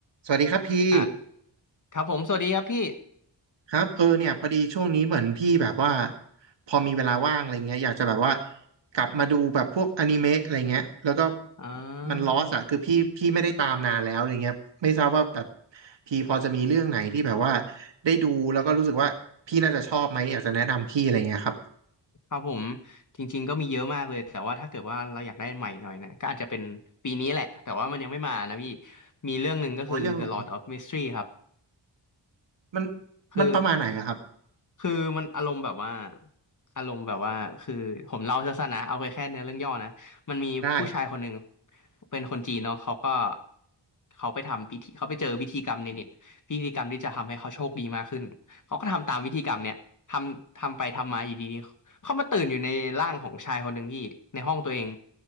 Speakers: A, on the right; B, on the left.
A: สวัสดีครับพี่
B: อ่ะครับผมสวัสดีครับพี่
A: ครับเออเนี่ยพอดีช่วงนี้เหมือนพี่แบบว่าพอมีเวลาว่างอะไรเงี้ยอยากจะแบบว่ากลับมาดูแบบพวกอนิเมะอะไรเงี้ยแล้วก็
B: อ่า
A: มันลอสอะคือพี่พี่ไม่ได้ตามนานแล้วอะไรเงี้ยไม่ทราบว่าแบบพี่พอจะมีเรื่องไหนที่แบบว่าได้ดูแล้วก็รู้สึกว่าพี่น่าจะชอบไหมอยากจะแนะนำพี่อะไรเงี้ยครับ
B: ครับผมจริงๆก็มีเยอะมากเลยแต่ว่าถ้าเกิดว่าเราอยากได้ใหม่หน่อยนะก็อาจจะเป็นปีนี้แหละแต่ว่ามันยังไม่มานะพี่มีเรื่องหนึ่งก็คือ
A: โอ้ยเรื่องอะไร
B: The Lord of Mystery ครับ
A: มัน
B: คือ
A: มันประมาณไหนอะครับ
B: คือมันอารมณ์แบบว่าอารมณ์แบบว่าคือผมเล่าสั้นๆนะเอาไปแค่เนื้อเรื่องย่อนะมันมีผู้ชายคนหนึ่ง
A: ได้
B: เป็นคนจีนเนาะเขาก็เขาไปทำพิธีเขาไปเจอพิธีกรรมในเน็ตพิธีกรรมที่จะทำให้เขาโชคดีมากขึ้นเขาก็ทำตามพิธีกรรมเนี่ยทำทำไปทำมาอยู่ดีๆเขามาตื่นอยู่ในร่างของชายคนหนึ่งที่ในห้องตัวเอง